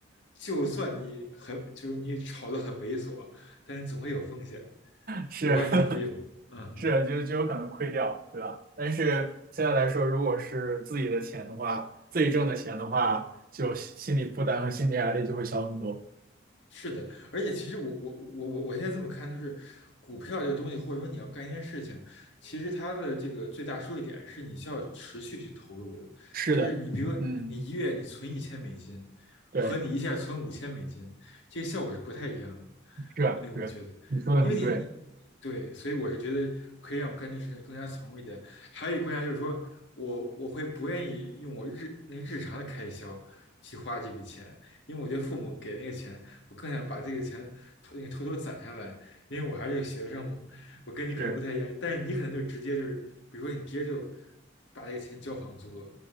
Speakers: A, on the left (about 70°); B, on the right (about 45°).
A: 就算你很就是你炒得很猥琐，但是总会有风险。
B: 是
A: 我不知道你同意吗？
B: <laughs>
A: 嗯。
B: 是，就就有可能亏掉，对吧？但是现在来说，如果是自己的钱的话，自己挣的钱的话，就心心理负担和心理压力就会小很多。
A: 是的，而且其实我我我我我现在这么看，就是股票这个东西，或者说你要干一件事情，其实它的这个最大收益点是你需要持续去投入的。
B: 是的，
A: 就是你比如说你一月你存一千美金，
B: 嗯。对。
A: 和你一下存五千美金，这个效果是不太一样的。
B: 是啊是啊，
A: 我那我觉得，
B: 你说的很对，
A: 因为你你对，所以我是觉得可以让我干这事情更加从容一点。还有一个观察就是说我我会不愿意用我日那个日常的开销去花这笔钱，因为我觉得父母给那个钱。我更想把这个钱偷那个偷偷攒下来，因为我还是个学生嘛，我跟你可能不太一样，
B: 是
A: 但是你可能就直接就是，比如说你直接就把这个钱交房租了，